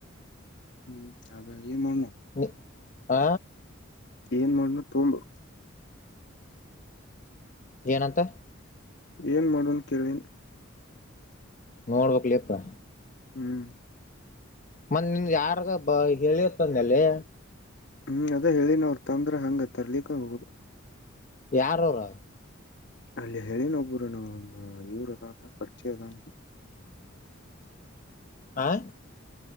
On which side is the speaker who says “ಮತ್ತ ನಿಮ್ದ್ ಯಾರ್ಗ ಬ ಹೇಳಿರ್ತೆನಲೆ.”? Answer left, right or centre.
Left